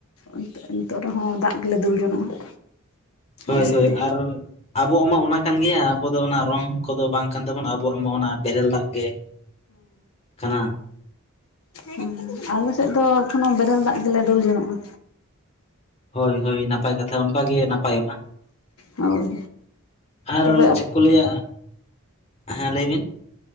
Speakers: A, on the left (about 80°); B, on the left (about 30°).
A: ᱱᱤᱛᱚᱜ ᱱᱤᱛᱚᱜ ᱨᱮᱦᱚᱸ ᱫᱟᱜ ᱜᱮᱞᱮ ᱫᱩᱞ ᱡᱚᱱᱚᱜᱼᱟ
B: ᱦᱳᱭ
A: ᱟᱞᱮ ᱥᱮᱫ
B: ᱦᱳᱭ
A: ᱫᱚ
B: ᱟᱨ ᱟᱵᱚᱣᱟᱜ ᱢᱟ ᱚᱱᱟ ᱠᱟᱱ ᱜᱮᱭᱟ ᱟᱵᱚ ᱫᱚ ᱚᱱᱟ ᱨᱚᱝ ᱠᱚᱫᱚ ᱵᱟᱝ ᱠᱟᱱ ᱛᱟᱵᱚᱱ ᱟᱵᱚᱣᱟᱜ ᱢᱟ ᱚᱱᱟ ᱵᱮᱨᱮᱞ ᱫᱟᱜ ᱜᱮ ᱠᱟᱱᱟ
A: ᱦᱩᱸ ᱟᱞᱮ ᱥᱮᱫ ᱫᱚ ᱮᱠᱷᱱᱳ ᱵᱮᱨᱮᱞ ᱫᱟᱜ ᱜᱮᱞᱮ ᱫᱩᱞ ᱡᱚᱱᱚᱜᱼᱟ
B: ᱦᱳᱭ ᱦᱳᱭ ᱱᱟᱯᱟᱭ ᱠᱟᱛᱷᱟ ᱚᱱᱠᱟ ᱜᱮ ᱱᱟᱯᱟᱭᱚᱜᱼᱟ
A: ᱦᱳᱭ
B: ᱟᱨ
A: ᱛᱚᱵᱮ
B: ᱪᱟ ᱠᱚ ᱞᱟᱹᱭᱟ ᱦᱮᱸ ᱞᱟᱹᱭ ᱵᱤᱱ